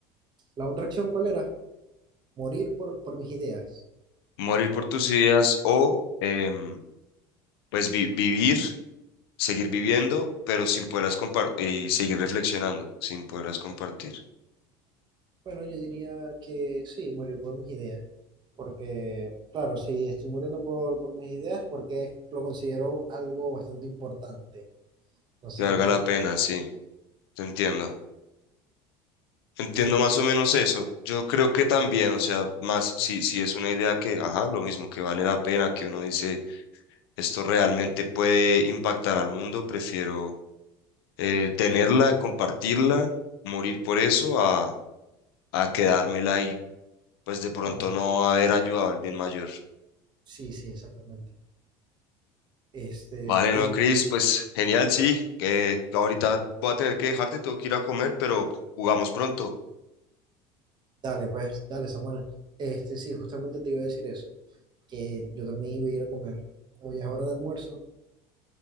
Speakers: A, on the right; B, on the left.
A: la otra acción, ¿cuál era? Morir por, por mis ideas.
B: Morir por tus ideas o em, pues vi- vivir, seguir viviendo, pero sin poderlas compartir y seguir reflexionando, sin poderlas compartir.
A: Bueno, yo diría que sí, morir por mis ideas. Porque, claro, si estoy muriendo por, por mis ideas, porque lo considero algo bastante importante. No sé
B: Que valga
A: tú
B: la
A: qué,
B: pena, sí, te entiendo. Entiendo
A: no sé qué,
B: más o menos eso. Yo creo que también, o sea, más si, si es una idea que, ajá, lo mismo, que vale la pena, que uno dice, esto realmente puede impactar al mundo, prefiero eh, tenerla, compartirla, morir por eso, a, a quedármela y pues de pronto
A: claro,
B: no haber ayudado al bien mayor.
A: sí, sí, exactamente. Este,
B: Vale,
A: bueno,
B: no, Chris, pues genial, sí. Que ahorita voy a tener que dejarte, tengo que ir a comer, pero jugamos pronto.
A: dale, pues, dale, Samuel. Este, sí, justamente te iba a decir eso, que yo también iba a ir a comer. Como ya es hora de almuerzo,